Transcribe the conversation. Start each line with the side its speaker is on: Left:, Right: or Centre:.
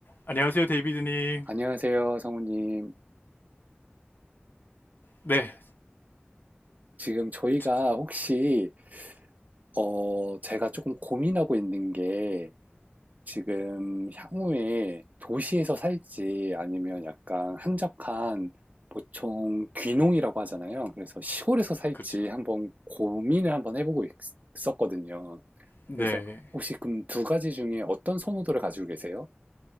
Left: 안녕하세요, 데이비드님.
Right: 안녕하세요, 성우님.
Left: 네,
Right: 지금 저희가
Left: 지-
Right: 혹시, 어, 제가 조금 고민하고 있는 게, 지금 향후에 도시에서 살지, 아니면 약간 한적한, 보통 귀농이라고 하잖아요. 그래서 시골에서 살지
Left: 그렇죠.
Right: 한번 고민을 한번 해보고 있- 있었거든요.
Left: 네.
Right: 그래서 혹시 그럼 두 가지 중에 어떤 선호도를 가지고 계세요?